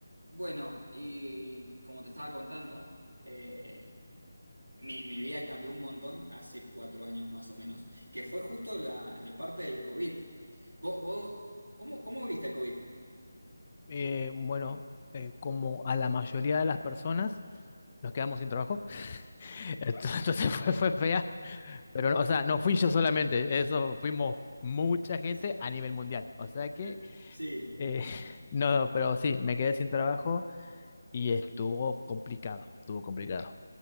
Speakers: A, on the right; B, on the left.
A: Bueno, y como te estaba contando, eh, mi, mi vida cambió un montón hace cuatro años más o menos, que fue justo la, la parte del COVID. ¿Vos, vos- cómo, cómo viviste el COVID?
B: Eh, bueno, eh, como a la mayoría de las personas, nos quedamos sin trabajo. <laughs> Entonces entonces fue, fue fea. Pero, no, o sea, no fui yo solamente, eso fuimos mucha gente
A: Es-
B: a nivel mundial. O sea que,
A: eh, Sí.
B: eh, <laughs> no, pero sí, me quedé sin trabajo y estuvo complicado, estuvo complicado.